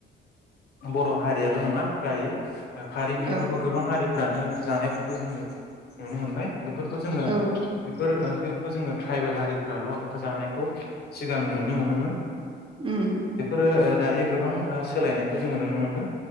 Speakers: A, on the left; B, on the right.
A: बर' हारियाल' नङा दायो दा खारै ओंख्रिफोरखौ
B: औ
A: गोबां हारि फोरानो जानायफोरखौ जोङो नुनो मोनबाय बेफोरखौ जोङो
B: औ
A: <inaudible> बेफोर ओंख्रिखो जोङो ट्राइबेल हारिफ्राल' जानायखौ सिगां नुनो मोनोमोन।
B: उम
A: ओ दायो गोबां सोलायनायखो जोङो नुनो मोनदों